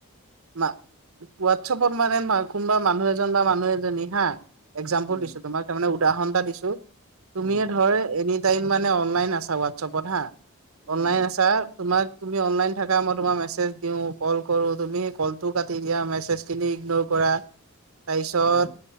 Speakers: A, on the right; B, in the centre.
A: মা হোৱাটছপত মানে কোনোবা মানুহ এজন বা মানুহ এজনী হা একজাম্পল
B: উম
A: দিছো তোমাক তাৰে উদাহৰন এটা দিছো তুমিয়ে
B: অ
A: ধৰ
B: কোৱা
A: এনি তাই মানে অনলাইন আছা ৱাটছএপত হা,
B: উম
A: অনলাইন আছা তোমাক তুমি অনলাইন থাকা, মই তোমাক মেচজ দিওঁ, কল কৰোঁ তুমি কলটো কাটি দিয়া, মেছেজখিনি ইগনৰ কৰা তাৰপিছত
B: উম